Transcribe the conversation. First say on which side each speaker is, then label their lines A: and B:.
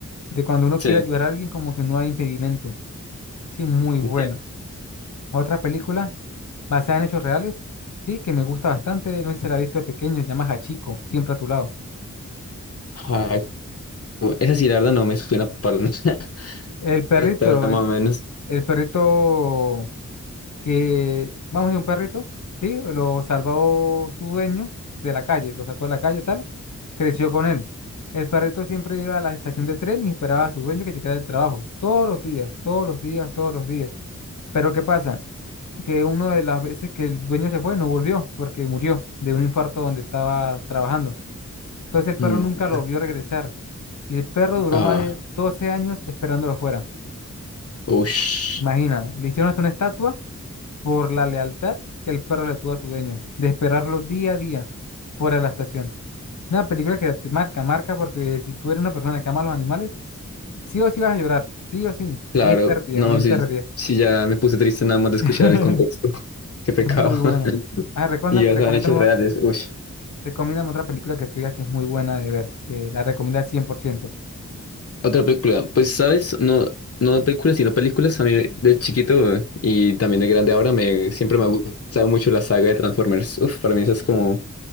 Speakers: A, on the left; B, on the left.
A: De cuando uno quiere
B: Sí,
A: ayudar a alguien como que no hay impedimento. Sí, muy buena.
B: entiendo.
A: Otra película basada en hechos reales, sí, que me gusta bastante. No sé si se la has visto de pequeño, se llama Hachiko, siempre a tu lado.
B: Ah, bu- esa sí, la verdad no me suena para nada. <laughs>
A: El perrito,
B: ¿Qué tal, más
A: el,
B: o menos?
A: el perrito que vamos de un perrito, ¿sí? Lo salvó su dueño de la calle, lo sacó de la calle, tal, creció con él. El perrito siempre iba a la estación de tren y esperaba a su dueño que llegara del trabajo, todos los días, todos los días, todos los días. Pero ¿qué pasa? Que una de las veces que el dueño se fue, no volvió porque murió de un infarto donde estaba trabajando. Entonces el perro
B: Mm.
A: nunca lo vio regresar y el perro duró
B: Ah,
A: más de 12 años esperándolo fuera.
B: ush.
A: Imagina, le hicieron hasta una estatua por la lealtad que el perro le tuvo a su dueño, de esperarlo día a día fuera de la estación. Una película que te marca, marca, porque si tú eres una persona que ama a los animales, sí o sí vas a llorar, sí o sí,
B: Claro,
A: no hay pérdida,
B: no,
A: no hay
B: sí,
A: pérdida.
B: sí, ya me puse triste nada más de escuchar
A: <laughs>
B: el contexto. <laughs> Qué pecado.
A: Es muy buena.
B: <laughs>
A: Ah, recuerda-
B: Y ya
A: recomiéndame,
B: saben hechos reales. Ush.
A: recomiéndame otra película que tú digas que es muy buena de ver, que la recomiendas al cien por ciento.
B: Otra película, pues sabes, no, no de películas, sino películas. A mí de chiquito eh, y también de grande ahora me siempre me ha gustado mucho la saga de Transformers. Uf, para mí eso es como